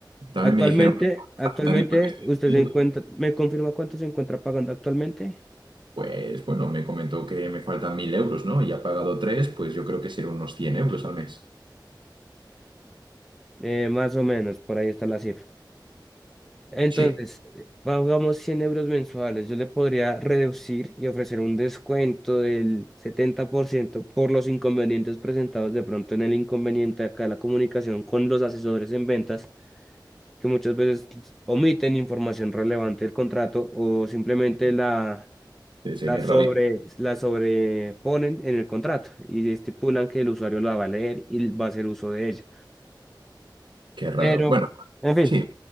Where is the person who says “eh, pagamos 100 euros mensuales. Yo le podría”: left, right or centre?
Centre